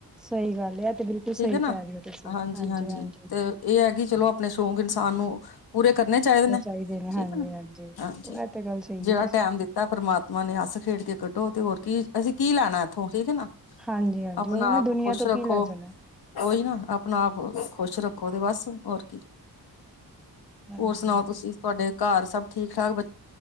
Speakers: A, in the centre; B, on the left.
A: ਸਹੀ ਗੱਲ ਹੈ ਤੇ ਬਿਲਕੁਲ ਸਹੀ
B: ਠੀਕ ਏ ਨਾ,
A: ਕਹਿ ਰਹੇ ਹੋ ਤੁਸੀਂ
B: ਹਾਂਜੀ-ਹਾਂਜੀ
A: ਹਾਂਜੀ ਹਾਂਜੀ
B: ਤੇ ਏ ਐ ਕਿ ਚਲੋ, ਆਪਣੇ ਸ਼ੌਕ ਇਨਸਾਨ ਨੂੰ ਪੂਰੇ ਕਰਨੇ ਚਾਈਦੇ ਨੇ
A: ਚਾਹੀਦੇ ਨੇ
B: ਠੀਕ
A: ਹਾਂਜੀ
B: ਏ ਨਾ,
A: ਹਾਂਜੀ ਇਹ
B: ਹਾਂਜੀ
A: ਤੇ ਗੱਲ ਸਹੀ
B: ਜੇੜਾ
A: ਹੈ ਤੁਸੀਂ
B: ਟੈਮ ਦਿੱ ਤਾ ਪਰਮਾਤਮਾ ਨੇ ਹੱਸ-ਖੇਡਕੇ ਕੱਢੋ ਤੇ ਹੋਰ ਕੀ, ਅਸੀਂ ਕੀ ਲੈਨਾ ਇੱਥੋਂ ਠੀਕ ਏ ਨਾ
A: ਹਾਂਜੀ ਹਾਂਜੀ
B: ਅਪਨਾ-ਆਪ
A: ਉਹੀ ਨਾ ਦੁਨੀਆਂ
B: ਖੁਸ਼
A: ਤੋਂ
B: ਰੱਖੋ।
A: ਕੀ ਲੈ ਜਾਣਾ
B: ਓਈ ਨਾ, ਅਪਨਾ-ਆਪ ਖੁਸ਼ ਰੱਖੋ ਤੇ ਬਸ ਹੋਰ ਕੀ।
A: ਹਾਂਜੀ
B: ਹੋਰ ਸੁਨਾਓ ਤੁਸੀ, ਤੁਆਡੇ ਘਾਰ ਸਭ ਠੀਕ-ਠਾਕ ਬੱ?